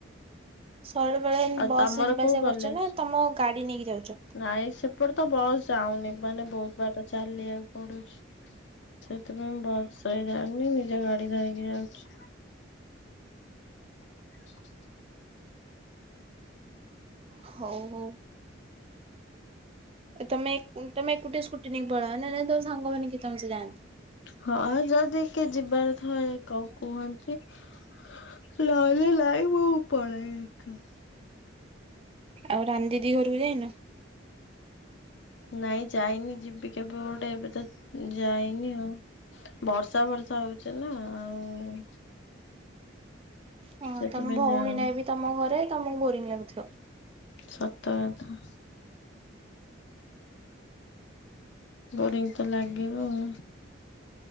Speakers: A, on the right (about 30°); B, on the left (about 65°).
A: ଶୈଳବାଳା ଏମିତି
B: ଆଉ
A: ବସ୍
B: ତମର
A: ଯିବା
B: କୋଉ
A: ଆସିବା
B: କଲେଜ?
A: କରୁଛ ନା ତମ ଗାଡ଼ି ନେଇକି ଯାଉଛ?
B: ନାଇଁ ସେପଟେ ତ ବସ୍ ଯାଉନି ମାନେ ବହୁତ ବାଟ ଚାଲିବାକୁ ପଡୁଛି। ସେଥିପାଇଁ ବସ ରେ ଯାଉନି ନିଜ ଗାଡି ଧରିକି ଯାଉଛି। <unintelligible>
A: ହଉ ହଉ। ଏ ତମେ ଉଁ ତମେ ଏକୁଟିଆ ସ୍କୁଟି ନେଇକି ପଳାଅ ନା ତମ ସାଙ୍ଗ ମାନେ କି ତମେ ସହ ଯାଆନ୍ତି?
B: ହଁ ଯଦି କିଏ ଯିବାର ଥାଏ କ କୁହନ୍ତି। ନହେଲେ ଲାଇ ମୁଁ ପଳାଏ ଏକା।
A: ଆଉ ରାନ୍ ଦିଦି ଘରକୁ ଯାଇନ?
B: ନାଇଁ ଯାଇନି ଯିବି କେବେ ଗୋଟେ ଏବେ ତ ଯାଇନି ଆଉ। ବର୍ଷା ବର୍ଷା ହଉଛି ନା ଆଉ
A: ହଁ
B: ସେଥିପାଇଁ
A: ତମ ଭଉଣୀ
B: ଯାଉନି।
A: ନାହିଁ ବି ତମ ଘରେ ତମକୁ ବୋରିଂ ଲାଗୁଥିବ।
B: ସତ କଥା। ବୋରିଙ୍ଗ ତ ଲାଗିବ ଆଉ।